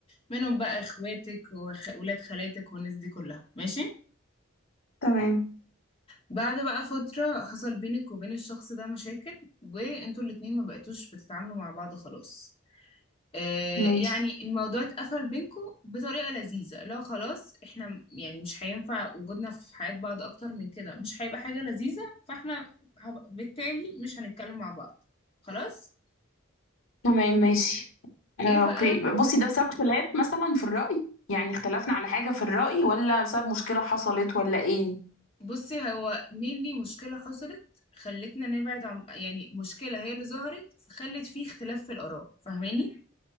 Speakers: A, on the left (about 30°); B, on the left (about 85°).
A: منهم بقى اخواتك وولاد خالاتك والناس دي كلها ماشي؟
B: تمام
A: بعد بقى فترة حصل بينك وبين الشخص ده مشاكل وانتوا الاتنين ما بقيتوش بتتعاملوا مع بعض خلاص آه
B: ماشي
A: يعني الموضوع اتقفل بينكوا بطريقة لذيذة لو خلاص احنا م- يعني مش هينفع وجودنا في حياة بعض اكتر من كده مش هيبقى حاجة لذيذة فاحنا هب- بالتالي مش هنتكلم مع بعض خلاص
B: تمام ماشي آه،
A: ايه بقى
B: اوكي بصي ده بسبب خلاف مثلا في الرأي يعني اختلفنا على حاجة في الرأي ولا بسبب مشكلة حصلت ولا ايه
A: بصي هو mainly مشكلة حصلت خلتنا نبعد عن يعني مشكلة هي اللي ظهرت فخلت فيه اختلاف في الآراء فاهماني